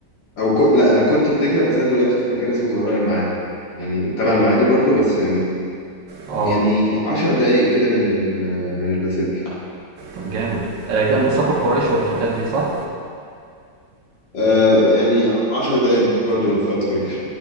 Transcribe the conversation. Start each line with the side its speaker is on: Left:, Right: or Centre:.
Left: او كو... لا انا كنت في دجلة بس انا دلوقتي في مكان اسمه زهراء المعادي يعني تبع المعادي برضو بس
Right: اه
Left: يعني عشر دقايق كده من ال من اللاسلكي
Right: طب جامد آه، جنب صقر قريش والحتت دي صح؟
Left: آه يعني عشر دقايق برضو من ثائر قريش